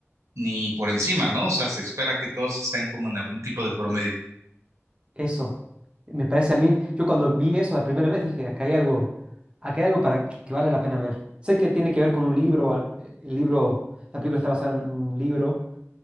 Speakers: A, on the right (about 85°); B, on the right (about 20°).
A: ni por encima, ¿no? O sea, se espera que todos estén como en algún tipo de promedio.
B: Eso, me parece a mí, yo cuando vi eso la primera vez dije, acá hay algo, acá hay algo para que vale la pena ver. Sé que tiene que ver con un libro, a- el libro, la película está basada en un libro,